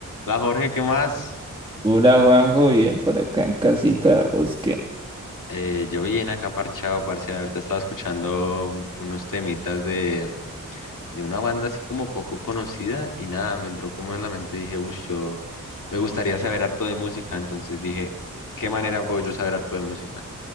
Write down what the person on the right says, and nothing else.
Hola Juanjo, bien por acá en casita, ¿vos qué?